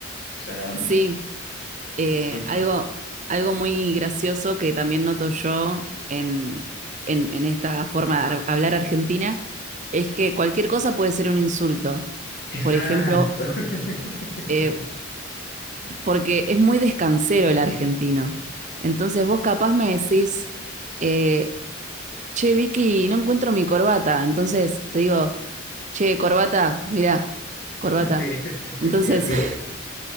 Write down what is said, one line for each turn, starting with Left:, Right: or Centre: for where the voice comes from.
Left: O sea,
Right: Sí, eh,
Left: son...
Right: algo, algo muy gracioso que también noto yo en, en, en esta forma de ar- hablar argentina es que cualquier cosa puede ser un insulto.
Left: Exacto.
Right: Por ejemplo, eh,
Left: <laughs>
Right: porque es muy descansero el argentino. Entonces vos capaz me decís, eh, che, Vicky, no encuentro mi corbata. Entonces te digo, che, corbata, mirá, corbata.
Left: Sí, <laughs>
Right: Entonces,
Left: sí, así
Right: <laughs>
Left: es,